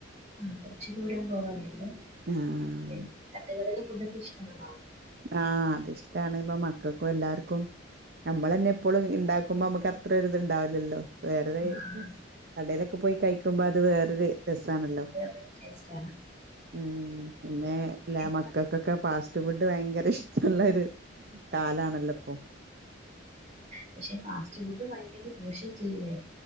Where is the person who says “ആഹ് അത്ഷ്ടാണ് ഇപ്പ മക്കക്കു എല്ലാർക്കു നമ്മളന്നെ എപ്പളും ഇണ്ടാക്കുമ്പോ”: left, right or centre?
Right